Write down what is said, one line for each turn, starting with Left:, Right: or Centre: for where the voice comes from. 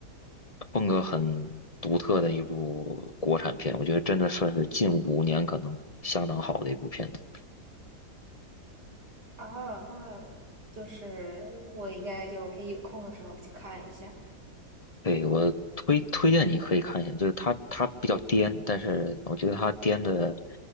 Left: 风格很独特的一部国产片，我觉得真的算是近五年可能相当好的一部片子。
Right: 啊，那就是我应该就可以有空的时候去看一下。
Left: 对，我推推荐你可以看一下，就是它它比较颠，但是我觉得它颠的